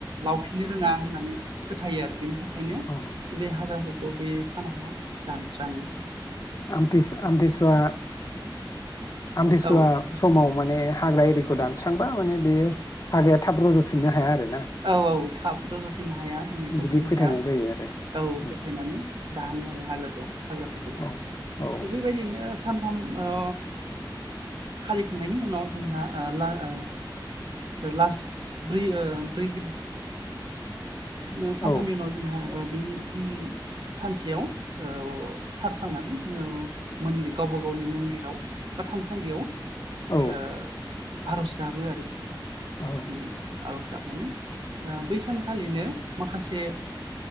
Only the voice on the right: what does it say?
लावफिननो रोङा होननानै फोथायो आरो बेनि थाखायनो
बे हाग्राखौ ब' बे सानावहा दानस्राङो
औ
औ औ थाब रजाफिननो हाया माने जौफिननो
हाया
औ
फोथायनानै दानो आरो हाग्राखौ हाग्राफोरखौ
<unintelligible> बिबायदिनो सानथाम ओ फालिखांनायनि उनाव जोंहा ओ ला ओ सो लासो बै ओ बेखिनि <unintelligible> सानथामनि
उनाव जोंहा ओ बिनि उन सानसेयाव औ थारसांनानै जोङो मौनदि गावबा गावनि मन्दिराव बा थानसालियाव ओ
आर'ज गाबो आरो
उम आरज गाबनानानै ओ बै सानखालिनो माखासे